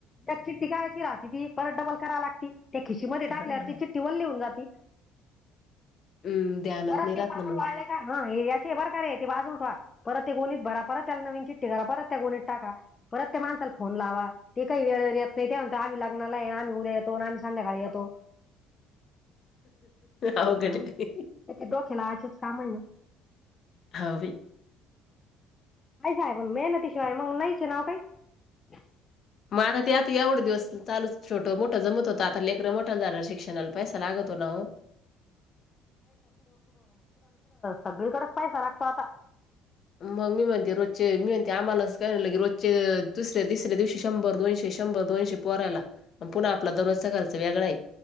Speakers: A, on the left; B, on the left.
A: त्या चि्टीायची राहते ती परत डबल कराय लागती ते खिशीमध्ये टाकवर
B: हां
A: ति चि्टीवल लिहून जाति.
B: हं ध्यानात
A: परत
B: नाही राहत
A: ते पापड
B: ना मग
A: वाढले का हा याचे बर का रे आहे ते बाजू पहा परत ते गोणीत भरा परत त्याला नवीन चिट्टी करा परत त्या गोणीत टाका परत त्या माण फोन लावा ते काही वेळेवर येत नाही ते म्हण आम्ही लग्नाला आहे आम्ही उदय तो म्हणणं आम्ही संध्याकाळी येतो
B: अवघड
A: ह
B: आहे.
A: तेे डोक्या लायचेच कामही
B: हवी
A: काहीच आहे पण मेहनतीशिवाय मग नाहीच ये ना ओ काही
B: मग आता ते आता एवढे दिवस चालू छोटं मोठं जमत होतं आता लेकरं मोठा झाल शिक्षणाला पैसा लागत तो नाव
A: सगळीकडच पैसा लागतो आता.
B: मग मी म्हणते रोजचे मी म्हणते आम्हालाच कयलं की रोजचे तिसऱ्या दिसऱ्या दिवशी शंभर दोनशे. शंभर दोनशे पोहऱ्याला मग पुन्हा आपला दररोजचा खर्च वेगळा आ